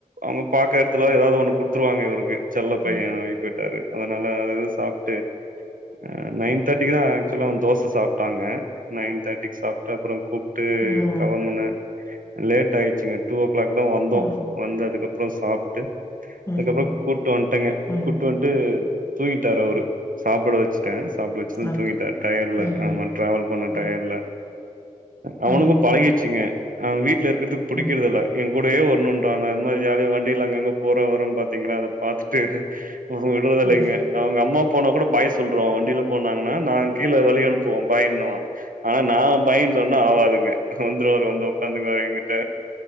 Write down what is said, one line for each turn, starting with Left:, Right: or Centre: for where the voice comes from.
Right: அவங்க பாக்கிற எடத்துல ஏதாவது ஒண்ணு குடுத்துருவாங்க இவருக்கு செல்ல பைய
Left: ம்
Right: போயிட்டாரு அதனால அத எது சாப்பிட்டு ஆ நைன் தேர்ட்டிக்கு தா ஆக்சுலா வந்து தோச சாப்பிட்டாங்க நைன் தேர்ட்டிக்கு சாப் அப்றோ கூப்டு
Left: ம்
Right: கெளம்பினே லேட் ஆயிடுச்சுங்க டூ ஓ கிளாக் தா வந்தோ
Left: ம்
Right: வந்து அதுக்கு அப்றோ சாப்ட்டு அதுக்கு
Left: ம்
Right: அப்றோ கூட்டு வன்டேங்க
Left: ம்
Right: கூட்டு வன் ட்டு தூங்கிட்டாரு அவுரு சாப்புட வச்சுட்டே சாப்பிட வச்சது
Left: ஓகே
Right: தூங்கிட்டாரு டயட்ல
Left: ம்
Right: ஆமா ட்ராவல் பண்ண
Left: ம்
Right: டயட்ல அவனுக்கு
Left: ம்
Right: பழகிர்ச்சுங்க அவ வீட்ல இருக்கற்து பிடிக்குறதுல்ல
Left: ம் ம்
Right: எ கூடவே வர்னுன்றா நா என்னமோ ஜாலிய வண்டியில அங்க இங்க போற அப்றோ பாத்திங்ன்னா அத பாத்துட்டு விட்றது இல்லைங்க
Left: ம்
Right: அவுங்க அம்மா போனா கூட பாய் சொல்றுவா வண்டியில போனாங்ன்னா நா கீழ வெளையாட போவோ பாயினுவா ஆனா நா பாய்னு சொனா ஆவாதுங்க வந்துருவாரு வந்து உக்காந்துக்குவாரு எ கிட்ட